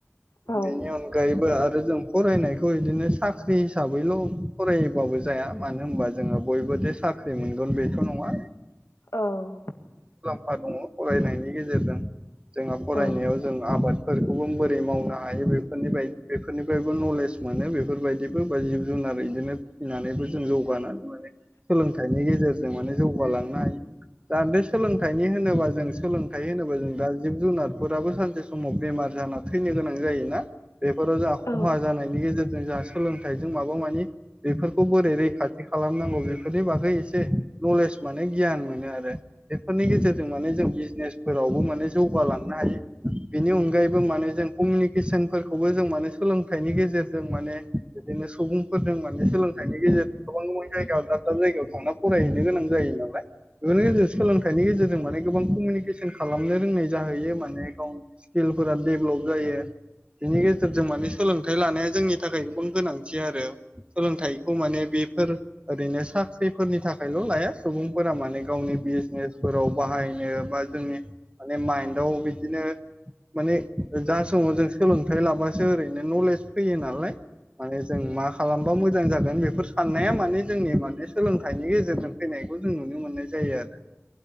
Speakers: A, on the left; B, on the right.
A: औ
B: बेनि अनगायैबो आरो जों फरायनायखौ इदिनो साख्रि हिसाबैल' फरायबाबो जाया मानो होनबा जोङो बयबो दे साख्रि मोनगोन बेथ' नङा
A: औ
B: आ दङ फरायनायनि गेजेरजों जोंहा फरायनायाव
A: औ
B: जों आबाद फोरखौबो बोरै मावनो हायो बेफोरनि बाय बेफोरनिफ्रायबो नलेज मोनो बेफोरबायदिबो बो बा जिब जुनार आरो इदिनो फिसिनानैबो जों जौगानानै माने सोलोंथाइनि गेजेरजों माने जौगालांनो हायो। दानदो सोलोंथाइनि होनोबा जों सोलोंथाइ होनोबा जों दा जिब जुनारफोराबो सानसे समाव बेमार जाना थैनो गोनां जायोना। बेफोराव जोंहा
A: औ
B: खहा जानायनि गेजेरजों जोंहा सोलोंथाइजों माबा मानि बेफोरखौ बोरै रैखाथि खालामनांगौ बेफोरनि बागै एसे नलेज माने गियान मोनो आरो बेफोरनि गेजेरजों माने जों बिजनेसफोरावबो माने जौगालांनो हायो। बेनि अनगायैबो माने जों कमिउनिकेसन फोरखौबो जों माने सोलोंथाइनि गेजेरजों माने बिदिनो सुबुंफोरजों माने सोलोंथाइनि गेजेरजों गोबां गोबां जायगायाव दाब दाब जायगायाव थांना फरायहैनो गोनां जायो नालाय ओरै ओजों सोलोंथाइनि गेजेरजों माने गोबां कमिउनिकेसन खालामनो रोंनाय जाहैयो माने गावनि स्किलफोरा डेभलप जायो। बिनि गेजेरजों माने सोलोंथाइ लानाया जोंनि थाखाय गोबां गोनांथि आरो सोलोंथाइखौ माने बेफोर ओरैनो साख्रिफोरनि थाखायल' लाया सुबुं फोर माने गावनि बिजनेसफोराव बाहाय नो बा जोंनि माने माइन्दआव बिदिनो माने जा समाव जों सोलोंथाइ लाबासो ओरैनो नलेज फैयो नालाय माने जों मा खालामबा मोजां जागोन बे। बेफोर साननाया माने जोंनि माने सोलोंथाइनि गेजेरजों फैनायखौ जों नुनो मोननाय जायो आरो।